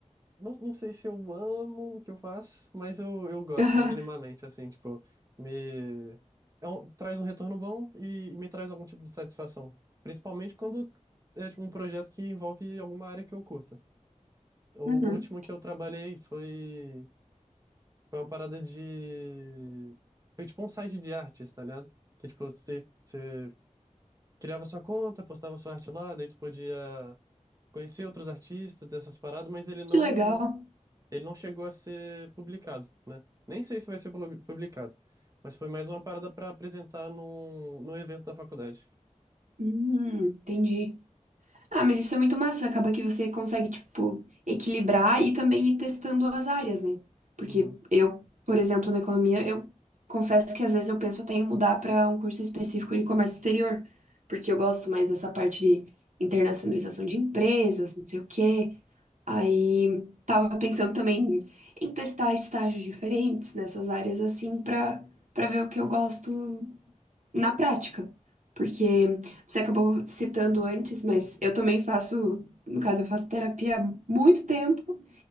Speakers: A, on the right (about 25°); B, on the right (about 75°).
A: não, não sei se eu amo o que eu faço, mas eu, eu gosto
B: <laughs>
A: minimamente, assim, tipo, me é um- traz um retorno bom e, e me traz algum tipo de satisfação. Principalmente quando é tipo, um projeto que envolve alguma área que eu curta. O
B: Uhum.
A: último que eu trabalhei foi, foi uma parada de. Foi tipo um site de artes, tá ligado? Que tipo, você criava sua conta, postava sua arte lá, daí tu podia conhecer outros artistas dessas paradas, mas ele não,
B: Que legal.
A: ele não chegou a ser publicado, né? Nem sei se vai ser pub- publicado, mas foi mais uma parada para apresentar num, num evento da faculdade.
B: Hum, entendi. Ah, mas isso é muito massa. Acaba que você consegue, tipo, equilibrar e também ir testando as áreas, né? Porque
A: Uhum.
B: eu, por exemplo, na economia, eu confesso que às vezes eu penso até em mudar para um curso específico de comércio exterior, porque eu gosto mais dessa parte de internacionalização de empresas, não sei o quê. Aí tava pensando também em testar estágios diferentes nessas áreas assim para para ver o que eu gosto na prática. Porque você acabou citando antes, mas eu também faço, no caso, eu faço terapia há muito tempo